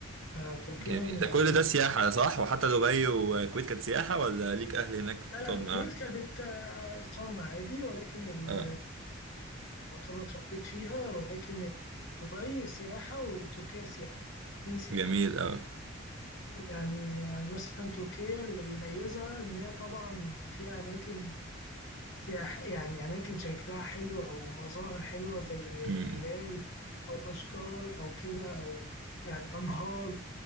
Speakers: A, on the left (about 65°); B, on the right (about 70°).
A: فتركيا
B: جميل
A: من
B: ده
A: الأماكن
B: كل ده سياحة صح؟ وحتى دبي والكويت كانت سياحة ولا ليك أهل هناك كنت
A: لا
B: بتقعد
A: لا الكويت
B: معاهم؟
A: كانت آه، إقامة عادي ولكن ال
B: آه.
A: يعني يعتبر اتربيت فيها ولكن ال- دبي سياحة وتركيا سياحة يعني اتنين سياحة
B: جميل أوي
A: يعني يعني مثلا تركيا اللي بيميزها إن هي طبعا فيها أماكن سياح يعني أماكن شكلها حلو أو مظاهر حلوة زي
B: امم
A: جبال أو أشجار أو كده أو يعني أنهار